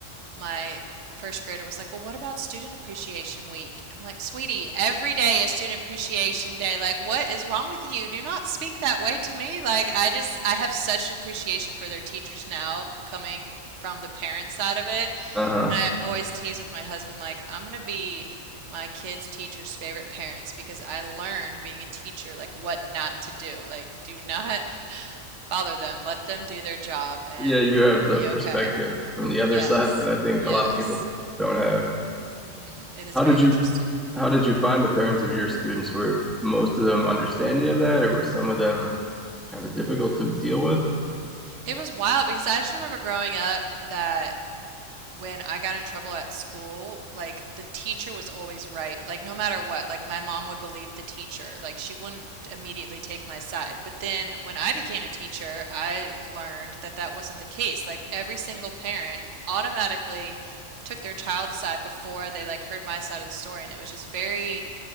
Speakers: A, on the right (about 65°); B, in the centre.
A: my first grader was like, "Well, what about student appreciation week?" I'm like, "Sweetie, every day is student appreciation day. Like, what is wrong with you? Do not speak that way to me. Like, I just, I have such appreciation for their teachers now, coming from the parent side of it.
B: Uh huh.
A: And I always tease with my husband, like, I'm gonna be my kids' teacher's favorite parents because I learned being a teacher, like, what not to do. Like, do not <laughs> bother them, let them do their job, and
B: Yeah, you have
A: you'll
B: the
A: be okay.
B: perspective from the other
A: Yes,
B: side that I think
A: yes.
B: a lot of people don't have.
A: hmm It is
B: How
A: very
B: did you
A: interesting.
B: how did you find the parents of your students? Were most of them understanding of that, or were some of them kind of difficult to deal with?
A: It was wild because I just remember growing up that when I got in trouble at school, like the teacher was always right. Like no matter what, like my mom would believe the teacher. Like she wouldn't immediately take my side. But then when I became a teacher, I learned that that wasn't the case. Like every single parent automatically took their child's side before they like heard my side of the story, and it was just very